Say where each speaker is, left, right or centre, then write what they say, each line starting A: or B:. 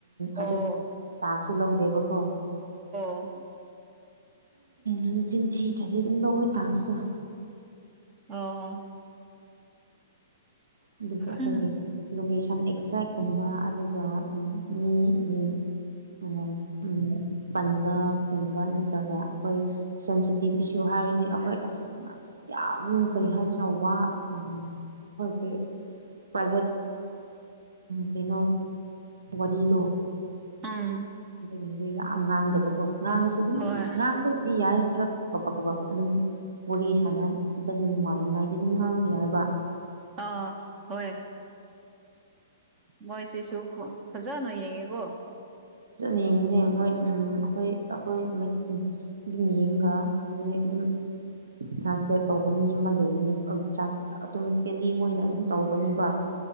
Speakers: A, on the right; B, on the right.
A: ꯑꯣ
B: ꯑꯗꯨ ꯇꯥꯛꯁꯨ ꯂꯧꯗꯦꯕꯀꯣ
A: ꯑ
B: ꯑꯗꯨ ꯆꯤꯟꯊꯤꯗ꯭ꯔꯗꯤ ꯑꯗꯨꯝ ꯂꯧꯋꯦ ꯇꯥꯛꯁꯤꯇ
A: ꯑꯣ
B: ꯑꯗꯨꯕꯣꯛꯈꯒꯦ
A: ꯎꯝ
B: ꯂꯣꯀꯦꯁꯟ ꯑꯦꯛꯖꯦꯛꯀꯨꯝꯕ ꯑꯗꯨꯒ ꯃꯤꯒꯤ ꯎ ꯄꯟꯕꯒꯨꯝꯕ ꯅꯠꯇ꯭ꯔꯒ ꯑꯩꯈꯣꯏ ꯁꯦꯟꯁꯤꯇꯤꯞ ꯏꯁꯨ ꯍꯥꯏ ꯍꯥꯏꯔꯗꯤ ꯑꯩꯈꯣꯏ ꯑꯁ ꯌꯥꯝ ꯀꯔꯤ ꯍꯥꯏꯕ ꯑꯩꯈꯣꯏꯒꯤ ꯄ꯭ꯔꯥꯏꯚꯦꯠ ꯀꯩꯅꯣ ꯋꯥꯔꯤꯗꯣ
A: ꯎꯝ
B: ꯑꯗꯨꯒꯨꯝꯕꯗ ꯌꯥꯝ ꯉꯥꯡꯗꯕꯀꯣ ꯉꯥꯡꯉꯁꯨꯦ ꯑꯗꯨꯝ
A: ꯍꯣꯏ
B: ꯉꯥꯡꯕ ꯗꯤ ꯌꯥꯏ ꯈꯔ ꯀꯕꯛ ꯀꯕꯛ ꯑꯗꯨꯝ ꯃꯣꯔꯤ ꯁꯥꯟꯅꯕꯗꯨ ꯅꯨꯡꯉꯥꯏꯅꯤꯉꯥꯏꯗꯤ ꯑꯗꯨꯝ ꯉꯥꯡꯕ ꯍꯥꯏꯕ
A: ꯑꯥ ꯍꯣꯏ ꯃꯣꯏꯁꯤꯁꯨ ꯐꯖꯅ ꯌꯦꯡꯉꯦꯀꯣ
B: ꯐꯖꯅ ꯌꯦꯡꯕꯅꯦ ꯃꯣꯏ ꯑꯩꯈꯣꯏ ꯑꯩꯈꯣꯏ ꯑꯗꯨꯝ ꯌꯦꯡꯒ ꯃꯣꯏ ꯑꯗꯨꯝ ꯇ꯭ꯔꯥꯟꯁꯂꯦꯠ ꯇꯧꯕ ꯃꯤ ꯑꯃ ꯂꯩꯒꯅꯤ ꯑꯣꯇꯣꯃꯦꯇꯤꯀꯦꯜꯂꯤ ꯃꯣꯏꯅ ꯑꯗꯨꯝ ꯇꯧꯒꯅꯦꯕ <inaudible>